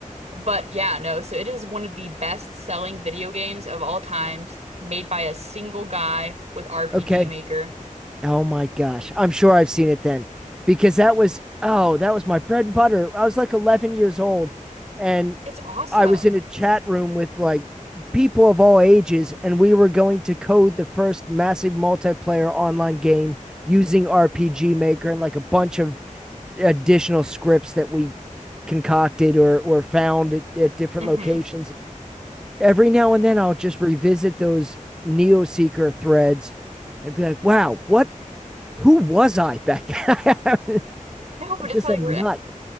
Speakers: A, on the right; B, in the centre.
A: But yeah, no, so it is one of the best-selling video games of all times, made by a single guy with RPG
B: Okay,
A: Maker.
B: Oh my gosh. I'm sure I've seen it then because that was, oh, that was my bread and butter. I was like 11 years old and
A: It's awesome.
B: I was in a chat room with like people of all ages and we were going to code the first massive multiplayer online game using RPG Maker and like a bunch of additional scripts that we concocted or or found at, at different
A: hmm
B: locations. Every now and then I'll just revisit those Neo Seeker threads and be like, wow, what who was I back then? <laughs> I was
A: No, but
B: just
A: it's like
B: a nut.